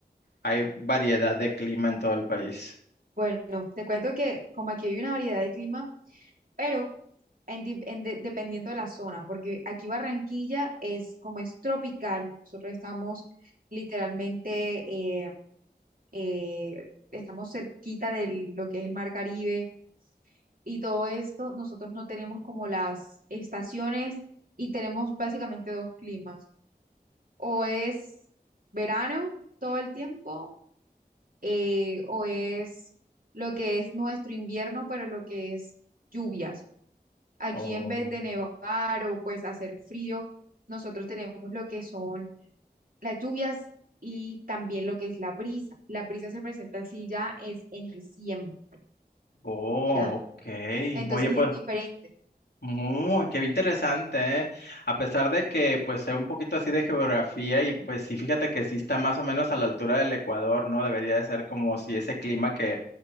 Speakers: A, on the left; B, on the right.
A: hay variedad de clima en todo el país.
B: Bueno, te cuento que como aquí hay una variedad de clima, pero en di- en de- dependiendo de la zona, porque aquí Barranquilla es como es tropical, nosotros estamos literalmente, eh, eh, estamos cerquita de lo que es el Mar Caribe y todo esto, nosotros no tenemos como las estaciones y tenemos básicamente dos climas, o es verano todo el tiempo eh, o es lo que es nuestro invierno, pero lo que es lluvias. Aquí
A: Oh,
B: en vez de nevar o pues hacer frío, nosotros tenemos lo que son las lluvias y también lo que es la brisa. La brisa se presenta así ya es en diciembre,
A: oh,
B: ¿ya?
A: ok.
B: Entonces
A: Oye, pues,
B: es diferente.
A: muy, qué interesante, ¿eh? A pesar de que, pues, sé un poquito así de geografía y, pues, sí, fíjate que sí está más o menos a la altura del Ecuador, ¿no? Debería de ser como si ese clima que,